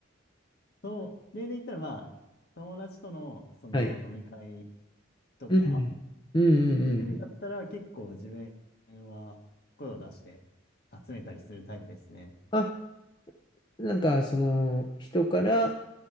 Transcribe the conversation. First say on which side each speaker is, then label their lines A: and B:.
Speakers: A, on the left; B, on the left.
A: そう、例で言ったら、まあ、友達との、その飲み会
B: はい。
A: とか、
B: うん、うん、うん。
A: レベルだったら結構自分
B: うんうん
A: は声を出して集めたりするタイプですね。
B: あ、なんかその人から